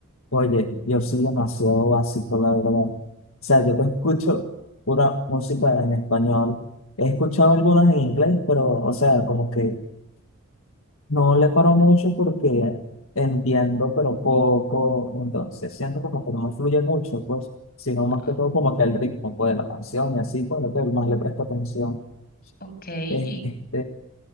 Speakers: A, on the left; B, on the left.
A: Oye, yo soy demasiado básico, la verdad. O sea, yo te escucho pura música en español. He escuchado algunas en inglés, pero, o sea, como que No le paro mucho porque entiendo, pero poco, entonces siento como que no me fluye mucho, pues, sino más
B: Ah,
A: que todo como que el ritmo, pues, de la canción y así, pues, lo que más le presto atención.
B: Ok, y,
A: Este,